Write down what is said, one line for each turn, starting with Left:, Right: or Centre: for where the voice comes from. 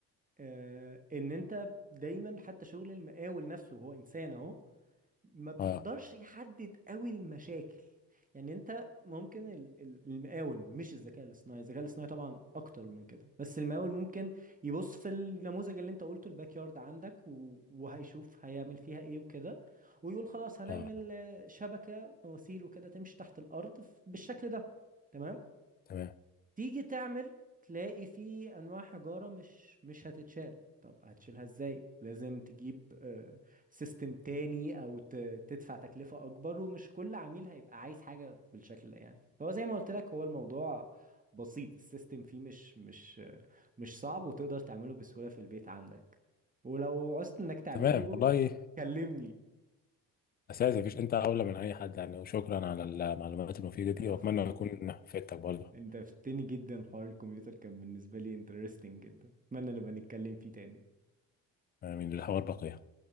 Right: آه ان انت دايما حتى شغل المقاول نفسه هو انسان اهو ما بيقدرش
Left: اه
Right: يحدد قوي المشاكل يعني انت ممكن ال- ال- المقاول مش الذكاء الاصطناعي الذكاء الاصطناعي طبعا اكتر من كده بس المقاول ممكن يبص في النموذج اللي انت قلته الباك يارد عندك و- وهيشوف هيعمل فيها ايه وكده ويقول خلاص هنعمل
Left: اه
Right: آه، شبكة مواسير وكده تمشي تحت الارض ف- بالشكل ده تمام
Left: تمام
Right: تيجي تعمل تلاقي في انواع حجارة مش مش هتتشال طب هتشيلها ازاي لازم تجيب سيستم تاني او ت- تدفع تكلفة اكبر ومش كل عميل هيبقى عايز حاجة بالشكل ده يعني فهو زي ما قلت لك هو الموضوع بسيط السيستم فيه مش مش آه، مش صعب وتقدر تعمله بسهولة في البيت عندك ولو عوزت انك تعمله
Left: تمام والله
Right: كلمني
Left: اساسا مفيش انت اولى من اي حد يعني وشكرا على المعلومات المفيده
Right: العفو
Left: دي واتمنى اكون فدتك برضه
Right: انت فتني جدا حوار الكمبيوتر كان بالنسبة لي انترستنج جدا اتمنى نبقى نتكلم فيه تاني
Left: من الحوار بقيه